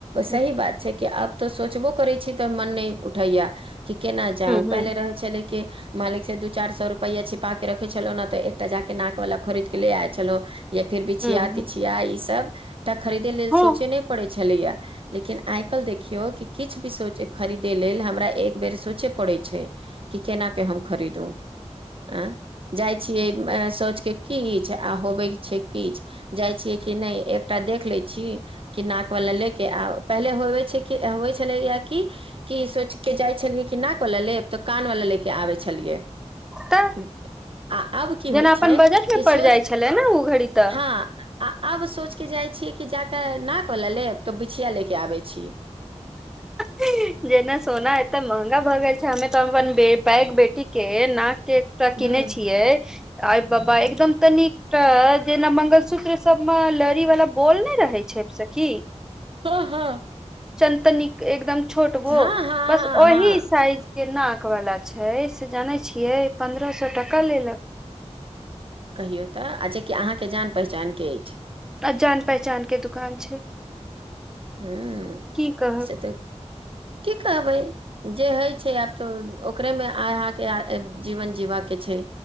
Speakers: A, on the right; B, in the centre.
A: सही
B: ह
A: बात छै कि आब तऽ सोचबो करै छी तऽ मन नहि उठैया कि केना जाउ
B: ह
A: पहिले रहै छलै कि मालिक से दू चारि सौ रुपैया छिपााके रखे छलो नऽ तऽ एकटा जाके नाक वाला खरीद के ले आयल छलहु या फेर बिछिया
B: ह
A: तिछिया
B: ह
A: ई सब त खरीदे लेल
B: हँ
A: सोचे नहि पड़ै छलै या लेकिन आइ काल्हि देखियौ कि किछु भी सोचीयो खरीदय लेल हमरा एक बेर सोचय पड़ै छै कि केना के हम खरीदू अ जाइ छियै सोच के किछ आ होबे छै किछ जाइ छियै कि नै एकटा देख लै छी कि नाक वला लय के आ पहिले होवे छै होइ छलय कि, कि सोचके जाइ छलियै कि नाक वला लेब तऽ कान वला लऽ कऽ आबै छलियै
B: तऽ
A: आ आब की
B: जेना
A: होइ
B: अपन
A: छै
B: बजट मे
A: कि
B: पड़
A: सोच
B: जाइ छलै ने ओ घड़ी तऽ
A: हँ आ आब सोच के जाइ छीयै कि जाकऽ नाक वला लेब तऽ बिछिया लेके आबै छी <inaudible>
B: ही जेना सोना एते महंगा भ गेल छै हमेतऽ हम अपन पेग बेटी के नाक एकटा
A: ह्म
B: किनेै छियय आई बाबा एकदम तनिकटा जेना मंगलसूत्र सब मे लड़ी वाला बोल नऽ रहे छै सखी
A: हँ हँ
B: चनतनिक एकदम छोटबो
A: हँ हँ
B: बस
A: हँ
B: ओहि
A: हँ
B: साइज के नाकवला छै से जानै छियै पन्द्रह सए टका लेलक
A: कहियौ तऽ आ जेकि अहाँके जान पहचानके अछि
B: अ जान पहचान कऽ दुकान छै
A: हू
B: की कहब
A: से तऽ की कहबै जे हइ छै आब तऽ ओकरेमे अहाँके जीवन जीवा के छै